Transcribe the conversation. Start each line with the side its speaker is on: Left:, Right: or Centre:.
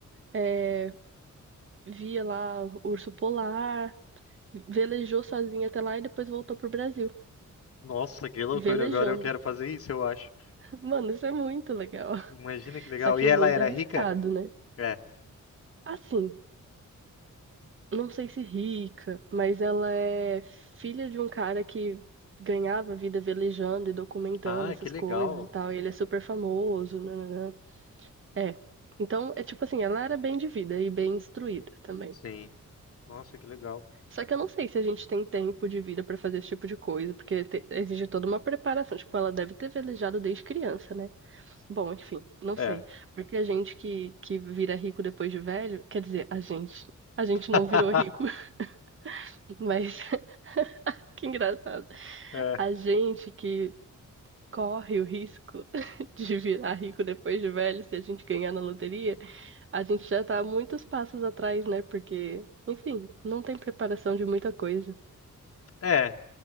Right: é, via lá o urso polar, velejou sozinha até lá e depois voltou pro Brasil,
Left: Nossa, que loucura.
Right: velejando.
Left: Agora eu quero fazer isso, eu acho.
Right: <laughs> Mano, isso é muito legal. <laughs>
Left: Imagina que legal.
Right: Só que
Left: E
Right: muito
Left: ela era
Right: arriscado,
Left: rica?
Right: né?
Left: É.
Right: Assim, não sei se rica, mas ela é filha de um cara que ganhava vida velejando e documentando
Left: Ah,
Right: essas
Left: que legal.
Right: coisas e tal, e ele é super famoso, né? É. Então, é tipo assim, ela era bem de vida e bem instruída também.
Left: Sim. Nossa, que legal.
Right: Só que eu não sei se a gente tem tempo de vida pra fazer esse tipo de coisa, porque te- exige toda uma preparação. Tipo, ela deve ter velejado desde criança, né? Bom, enfim, não
Left: É.
Right: sei. Porque a gente que, que vira rico depois de velho, quer dizer, a gente. A gente não
Left: <laughs>
Right: virou rico, <laughs> mas <laughs> que engraçado.
Left: É.
Right: A gente que corre o risco <laughs> de virar rico depois de velho, se a gente ganhar na loteria, a gente já tá muitos passos atrás, né? Porque, enfim, não tem preparação de muita coisa.
Left: É.